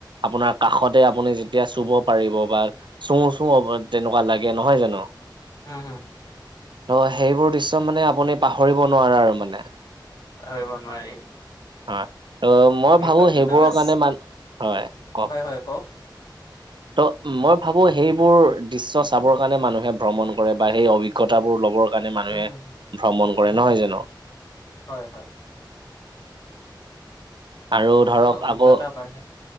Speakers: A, on the right; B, on the left.
A: আপোনাৰ কাষতে আপুনি যেতিয়া চুব পাৰিব বা চুও -চুও অব তেনেকোৱা লাগে নহয় জানো?
B: উম, হম
A: ত'সেইবোৰ দৃশ্য মানে আপুনি পাহৰিব নোৱাৰে আৰু মানে।
B: পাহৰিব নোৱাৰি।
A: হয় ত' মই
B: বিশেষকৈ
A: ভাবো
B: কিন্তু
A: সেইবোৰৰ
B: আমাৰ
A: কাৰণে মান হয় ক'ক?
B: হয় হয় কওক
A: ত' মই ভাবো সেইবোৰ দৃশ্য চাবৰ কাৰণে মানুহে ভ্ৰমণ কৰে বা সেই অভিজ্ঞতাবোৰ লবৰ কাৰণে মানুহে
B: উম হম হম
A: ভ্ৰমণ কৰে নহয় জানো?
B: হয়- হয়
A: আৰু
B: ভ্ৰমণত
A: ধৰক
B: অভিজ্ঞতা
A: আকৌ
B: বাঢ়ে